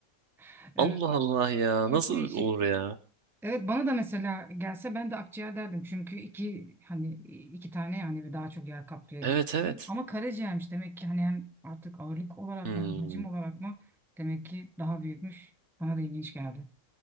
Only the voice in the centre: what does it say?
<laughs> Evet.
Çok
değişik.
Evet bana da mesela gelse ben de akciğer derdim. Çünkü iki hani iki tane yani ve daha çok yer kaplıyor
gibi.
Ben- Ama karaciğermiş demek ki hani hem artık ağırlık olarak
mı hem hacim olarak mı demek ki daha büyükmüş. Bana da ilginç geldi.